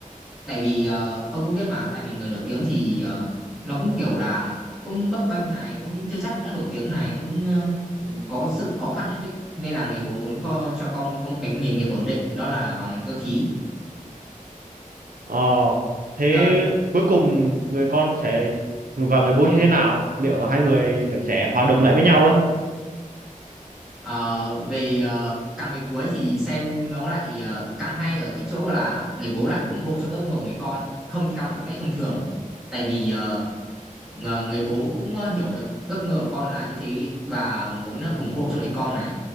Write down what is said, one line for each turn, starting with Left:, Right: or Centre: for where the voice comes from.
Centre: tại vì ờ, ông cũng biết mà tại vì người nổi tiếng thì ờ, nó cũng kiểu là cũng bấp bênh này cũng chưa chắc đã nổi tiếng này cũng ờ,
Right: Ừ.
Centre: có sự khó khăn nhất định nên là người bố muốn co, cho con có một cái nghề nghiệp ổn định đó là vào ngành cơ khí
Right: Ờ, thế
Centre: Ờ,
Right: cuối cùng người con sẽ và người bố như thế nào? Liệu hai người vẫn sẽ hòa đồng lại với nhau ấy?
Centre: Ờ, về ờ, càng về cuối thì xem nó lại ờ, càng hay ở cái chỗ là người bố lại ủng hộ trong giấc mơ của người con không theo một lẽ thông thường tại vì ờ, ngờ- người bố cũng ờ, hiểu được giấc mơ của con là như thế và muốn ờ, ủng hộ cho người con này